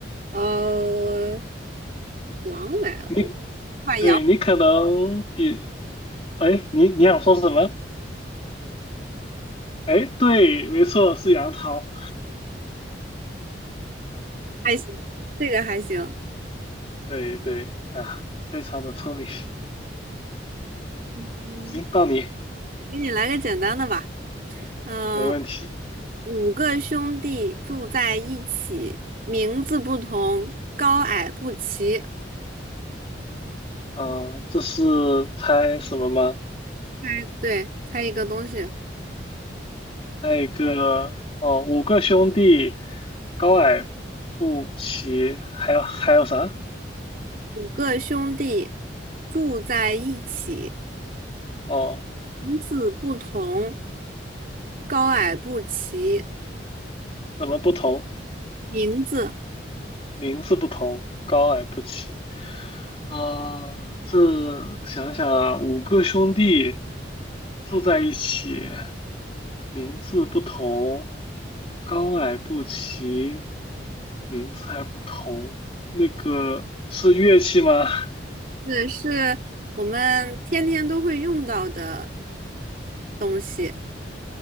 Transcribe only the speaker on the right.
呃，狼来了，
把杨。
还行，这个还行。
嗯，
给你来个简单的吧。嗯，
五个兄弟住在一起，名字不同，高矮不齐。
猜，对，猜一个东西。
五个兄弟住在一起，
名字不同，高矮不齐。
名字，
这是我们天天都会用到的东西。